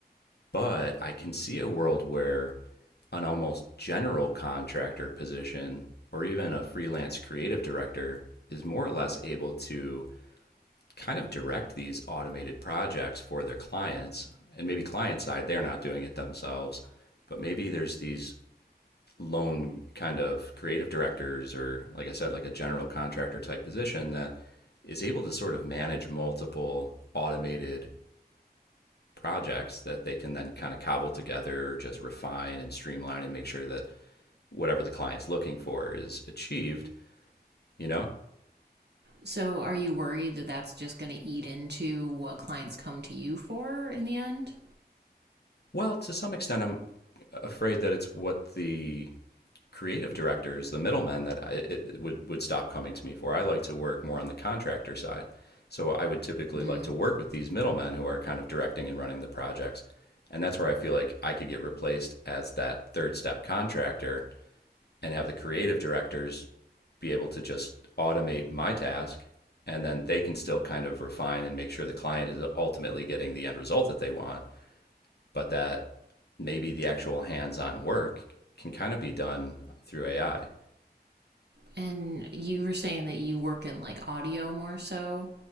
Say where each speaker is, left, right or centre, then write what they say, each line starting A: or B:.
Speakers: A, on the left; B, on the right.
A: But I can see a world where an almost general contractor position or even a freelance creative director is more or less able to kind of direct these automated projects for their clients. And maybe client side, they're not doing it themselves, but maybe there's these lone kind of creative directors or, like I said, like a general contractor type position that is able to sort of manage multiple automated projects that they can then kind of cobble together, just refine and streamline and make sure that whatever the client's looking for is achieved, you know?
B: So, are you worried that that's just going to eat into what clients come to you for in the end?
A: Well, to some extent, I'm afraid that it's what the creative directors, the middlemen, that I, it would, would stop coming to me for. I like to work more on the contractor side. So I would typically
B: Mm.
A: like to work with these middlemen who are kind of directing and running the projects. And that's where I feel like I could get replaced as that third step contractor and have the creative directors be able to just automate my task and then they can still kind of refine and make sure the client is ultimately getting the end result that they want but that maybe the actual hands-on work can kind of be done through AI
B: And you were saying that you work in like audio more so.